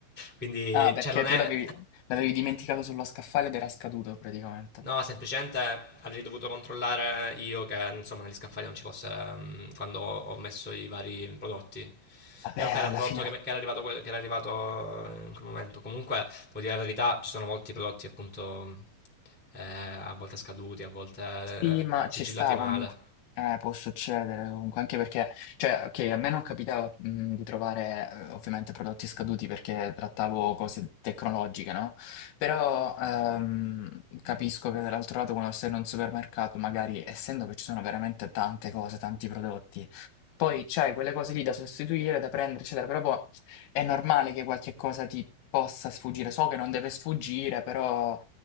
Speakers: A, in the centre; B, on the left (about 75°).
A: Quindi,
B: Ah, perché
A: cioè, non
B: tu
A: è
B: l'avevi l'avevi dimenticato sullo scaffale ed era scaduto praticamente.
A: No, semplicemente avrei dovuto controllare io che insomma negli scaffali non ci fosse mm, quando ho messo i vari prodotti.
B: Vabbè,
A: Però comunque era
B: alla
A: un prodotto
B: fine
A: che, che era arrivato, que- che era arrivato in quel momento. Comunque, devo dire la verità, ci sono molti prodotti appunto eh, a volte scaduti, a volte
B: sì, ma
A: eh,
B: ci
A: sigillati
B: sta
A: male.
B: comunque. Eh, può succedere comunque, anche perché, cioè, ok, a me non capitava mh, di trovare eh, ovviamente prodotti scaduti perché trattavo cose tecnologiche, no? Però ehm, capisco che dall'altro lato, quando sei in un supermercato, magari essendo che ci sono veramente tante cose, tanti prodotti. Poi c'hai quelle cose lì da sostituire, da prendere, eccetera, però boh, è normale che qualche cosa ti possa sfuggire. So che non deve sfuggire, però